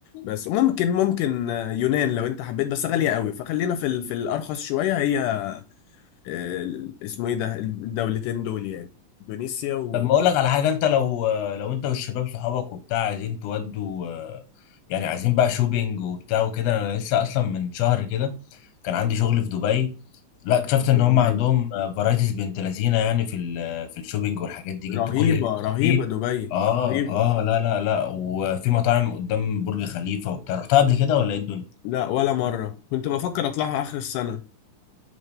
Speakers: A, on the left; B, on the left.
A: بس ممكن ممكن آه، يونان لو انت حبيت بس غالية قوي فخلينا في ال- في الارخص شوية هي آه، اسمه ايه ده الدولتين دول يعني اندونيسيا و
B: طب ما اقول لك على حاجة انت لو لو انت والشباب صحابك وبتاع عايزين تودوا آه، يعني عايزين بقى شوبينج وبتاع وكده انا لسه اصلا من شهر كده كان عندي شغل في دبي لا اكتشفت ان
A: دبي
B: هم عندهم فرايتيز بنت لذينه يعني في ال- في الشوبينج والحاجات دي جبت
A: رهيبة
B: كل اللي
A: رهيبة
B: فيه
A: دبي
B: اه
A: رهيبة
B: اه لا لا لا وفي مطاعم قدام برج خليفة وبتاع رحتها قبل كده ولا ايه الدنيا
A: لا ولا مرة كنت بفكر اطلعها اخر السنة